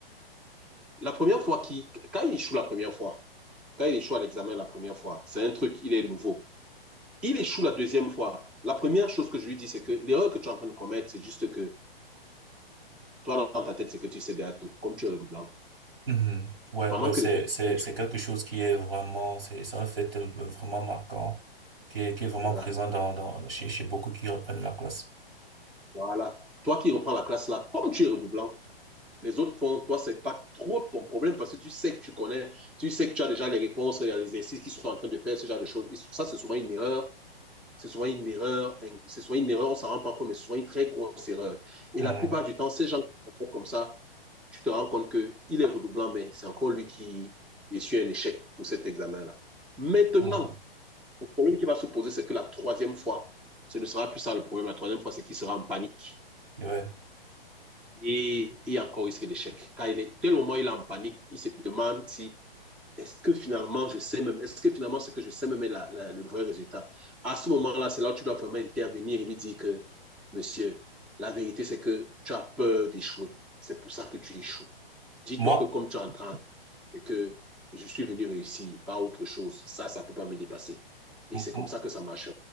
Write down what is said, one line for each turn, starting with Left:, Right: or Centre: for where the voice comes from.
Centre: la première fois qui, quand il échoue la première fois, quand il échoue à l'examen la première fois, c'est un truc, il est nouveau. Il échoue la deuxième fois. La première chose que je lui dis, c'est que l'erreur que tu es en train de commettre, c'est juste que toi, dans ta tête, c'est que tu sais déjà tout, comme tu es le blanc.
Right: Mhm. Ouais,
Centre: Pendant
Right: ouais, c'est,
Centre: que les
Right: c'est,
Centre: autres,
Right: c'est quelque chose qui est vraiment, c'est, c'est un fait euh, vraiment marquant, qui est, qui est vraiment
Centre: voilà.
Right: présent dans, dans, chez, chez beaucoup qui reprennent la classe.
Centre: Voilà. Toi qui reprends la classe là, comme tu es redoublant, les autres font, toi, c'est pas trop ton problème parce que tu sais que tu connais, tu sais que tu as déjà les réponses, il y a les exercices qui sont en train de faire, ce genre de choses. Et ça, c'est souvent une erreur. C'est souvent une erreur, hein, c'est souvent une erreur, on s'en rend pas compte, mais c'est souvent une très grosse erreur.
Right: Mhm.
Centre: Et la plupart du temps, ces gens qui font comme ça, tu te rends compte que il est redoublant, mais c'est encore lui qui essuie un échec pour cet examen-là. Maintenant,
Right: Mhm.
Centre: le problème qui va se poser, c'est que la troisième fois, ce ne sera plus ça le problème. La troisième fois, c'est qu'il sera en panique.
Right: Ouais.
Centre: Et il y a encore risque d'échec. Car il est, tel moment, où il est en panique, il se demande si, est-ce que finalement, je sais même, est-ce que finalement, ce que je sais même est la, la, le vrai résultat? À ce moment-là, c'est là où tu dois vraiment intervenir et lui dire que, monsieur, la vérité, c'est que tu as peur d'échouer. C'est pour ça que tu échoues. Dis-toi
Right: Moi,
Centre: que comme tu es en train, et que je suis venu réussir, pas autre chose. Ça, ça ne peut pas me dépasser.
Right: m-
Centre: Et c'est
Right: m-
Centre: comme ça que ça marche.